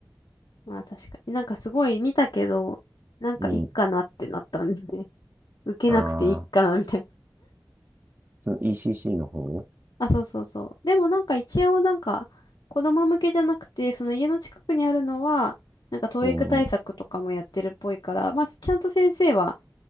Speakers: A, on the left (about 80°); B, on the right (about 25°).
A: まあ確かに。なんかすごい見たけど、なんかいいかなってなったんでね。
B: う。うん。
A: <laughs> 受けなくていいかなみたいな。
B: ああ、その ECC の方
A: <laughs> あ、そうそうそう。でもなんか一応なんか子供向けじゃなくて、その家の近くにあるのは、なんか教育対策とかもやってるっぽいから、
B: うんうん。
A: まあちゃんと先生は、